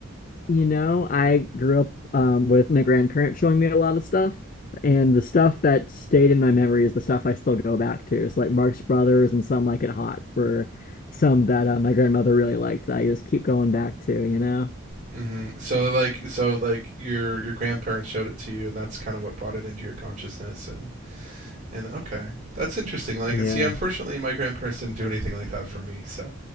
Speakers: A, on the left (about 40°); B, on the right (about 35°).
A: You know, I grew up um, with my grandparents showing me a lot of stuff, and the stuff that stayed in my memory is the stuff I still go back to. It's like Marx Brothers and Some Like It Hot were some that uh, my grandmother really liked that I just keep going back to, you know?
B: Mm-hmm. So like so like your your grandparents showed it to you, and that's kind of what brought it into your consciousness. And and okay, that's interesting. Like
A: Yeah.
B: see, unfortunately, my grandparents didn't do anything like that for me. So,